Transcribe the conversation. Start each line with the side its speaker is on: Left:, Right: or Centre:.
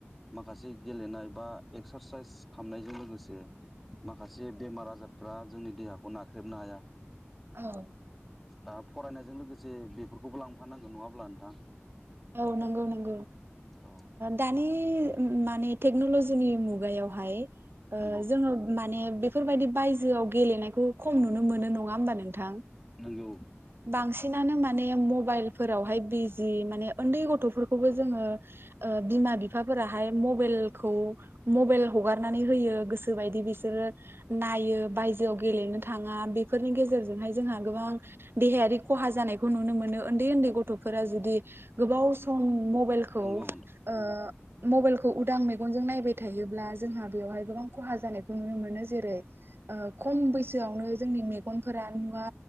Centre: माखासे गेलेनाय बा एक्सारसाइस खालामनायजों लोगोसे माखासे बेमार आजार फ्रा जोंनि देहाखौ नाख्रेबनो हाया।
Right: औ
Centre: दा फरायनायजों लोगोसे बेफोरखौबो लांफानांगोन नङाब्ला नोंथां।
Right: औ नंगौ नंगौ
Centre: औ
Right: दानि माने टेक्नलजिनि मुगायावहाय
Centre: नंगौ
Right: जोङो माने बेफोरबायदि बायजोआव गेलेनायखौ खम नुनो मोनो नङा होमबा नोंथां?
Centre: नंगौ।
Right: बांसिनानो माने मबाइलफोरावहाय बिजि माने उन्दै गथ'फोरखौबो जोङो ओ बिमा बिफाफोराहाय मबेलखौ मबेल हगारनानै होयो गोसो बायदि बिसोरो नायो बायजोआव गेलेनो थाङा बेफोरनि गेजेरजोंहाय जोंहा गोबां देहायारि खहा जानायखौ नुनो मोनो ओन्दै ओन्दै गथ'फोरा जुदि गोबाव सम मबेल खौ
Centre: नंगौ
Right: ओ मबाइलखौ उदां मेगनजों नायबाय थायोब्ला जोंहा बेवहाय गोबां ओ खहा जानायखौ नुनो मोनो जेरै खम बैसोआवनो जोंनि मेगनफोरा नुवा